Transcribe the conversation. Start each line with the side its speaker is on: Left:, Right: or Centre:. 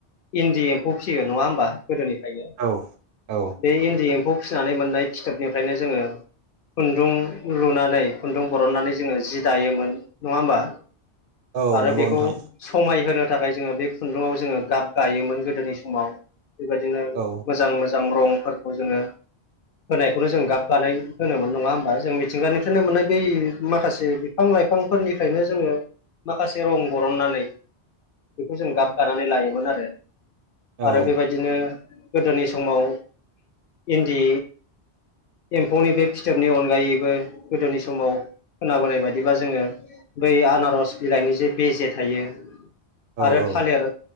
Left: इन्दि एम्फौ फिसियो नङा होमबा गोदोनिफ्रायनो,
Right: औ औ
Left: बे इन्दि एम फौ फिनानै मोननाय फिथोबनिफ्रायनो जोङो खुन्दुं लुनानै खुन्दुं बरननानै जोङो जि दायोमोन नङा होमबा।
Right: औ
Left: आरो
Right: नंगौ
Left: बेखौ
Right: नोंथां
Left: समायहोनो थाखाय जोङो बे खुन्दुंङाव जोङो गाब गायोमोन गोदोनि समाव बेबायदिनो
Right: औ
Left: मोजां मोजां। मोजां रंफोरखौ जोङो होनायखौनो जों गाब गानाय होनोमोन नङा होमबा जों मिथिंगानिफ्रायनो मोननाय बै माखासे बिफां लाइफांफोरनिफ्रायनो जोङो माखासे रं बरननानै बेखौ जों गाब गानानै लायोमोन आरो। आरो
Right: औ
Left: बेबायदिनो गोदोनि समाव इन्दि एम्फौनि बे फिथोबनि अनगायैबो गोदोनि समाव खोनाबोनाय बायदिबा जोङो बै आनारस बिलाइनि जे बेजे थायो
Right: औ ओं
Left: आरो थालिर